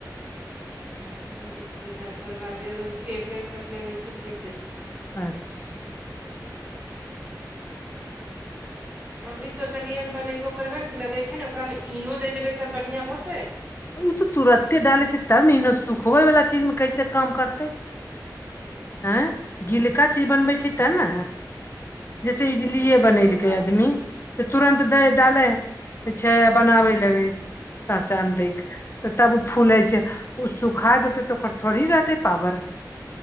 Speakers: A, on the right; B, on the left.
A: दू किलो दाइल बरबादे हो फेकय पड़लै वैसे फेक देलीयइ
B: अच्छा
A: अबरी सोचलियै हन बनेबो करबै ने तऽ लगे छै ने ओकरामे ईनो दे देबै तब बढ़ियां होतै
B: ओ तऽ तुरते डालै छै तब ने ए सुखबै वला चीज में कैसे काम करतै आँ गीलका चीज बनबै छै ते ने जैसे इटलिए
A: हँ
B: बनेलकै
A: इहो बात
B: अखने
A: छै
B: तऽ तुरन्त दै डालै छै आ बनाबे लगे
A: हँ
B: छै साचा मे दे तऽ तब ओ फूलै
A: हूँ
B: छै ओ सुखा देतै तऽ ओकर थोड़ी रहतै पावड़